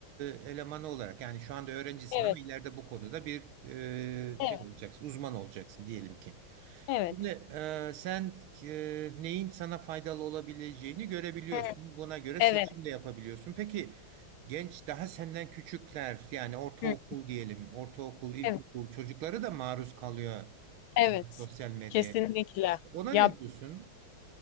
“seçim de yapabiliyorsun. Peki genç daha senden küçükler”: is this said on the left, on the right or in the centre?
Right